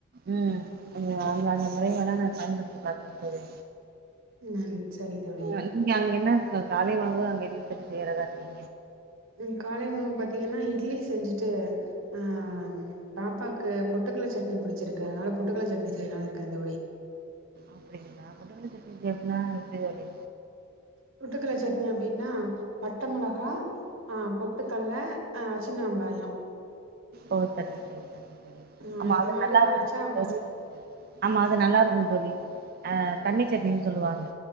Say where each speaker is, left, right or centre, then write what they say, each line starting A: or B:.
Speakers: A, on the right; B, on the right.
A: ம் அந்த அந்த முறை வேனா நா பயன்படுத்தி பாக்குறே தோழி
B: ம் சரி தோழி
A: அஹ் நீங்க அங்க என்ன காலை உனவு அங்க என்ன செய்யறதா இருக்கீங்க
B: ம் காலை உணவு பாத்தீங்கன்னா இட்லி செஞ்சுட்டு அ பாப்பாக்கு பொட்டுக்கடளை சட்னி புடிச்சிருக்கு அதனால பொட்டுக்கடளை சட்னி செய்யலாம்ன்னு இருக்கே தோழி
A: அப்டிங்களா பொட்டுக்கடலை சட்னி செய்யறதுனா எப்படி தோழி
B: பொட்டுக்கடலை சட்னி அப்டின்னா பட்ட மொளகா ஆ பொட்டுக்கல்ல அ சின்ன வெங்காயோ
A: ஓ சரிங்க சரி சரிங்க சரி
B: ஆ
A: ஆமா
B: இது
A: அது
B: மாரி
A: நல்லா இருக்கு
B: அரச்சா பச
A: <inaudible> ஆமா அது நல்லா இருக்கு தோழி அ தண்ணி சட்னின்னு சொல்லுவாங்க